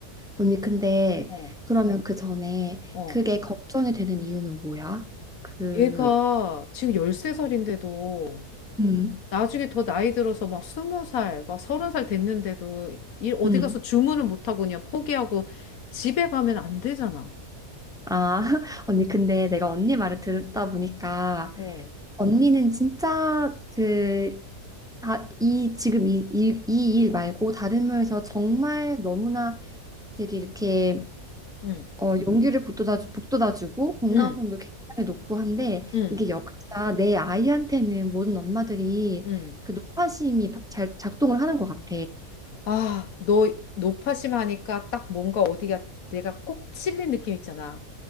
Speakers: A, in the centre; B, on the left.
A: 언니, 근데
B: 어,
A: 응. 그러면 그 전에
B: 어.
A: 그게 걱정이 되는 이유는 뭐야? 그,
B: 얘가 지금 13살인데도
A: 음,
B: 나중에 더 나이 들어서 막 20살, 막 30살 됐는데도 일 어디
A: 음.
B: 가서 주문을 못하고 그냥 포기하고 집에 가면 안 되잖아.
A: 아, <laughs> 언니, 근데 내가 언니 말을 들다 보니까
B: 어,
A: 언니는 진짜 그, 아, 이, 지금 이, 이, 이 일 말고 다른 면에서 정말 너무나 되게 이렇게
B: 응,
A: 어, 용기를 북돋아, 북돋아주고 건강성도
B: 응,
A: 굉장히 높고 한데
B: 응,
A: 이게 역사 내 아이한테는 모든 엄마들이
B: 응.
A: 그 노파심이 바- 잘 작동을 하는 것 같아.
B: 아, 너 노파심하니까 딱 뭔가 어디가 내가 꼭 찔린 느낌 있잖아.